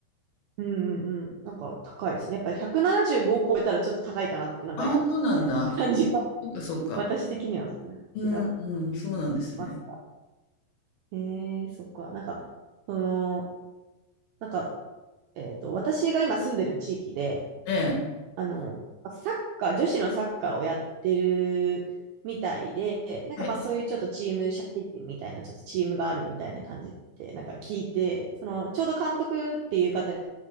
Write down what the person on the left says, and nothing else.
あ、そうなんだ。
そっかそっか。
うん、うん、そうなんですね。
ええ、
え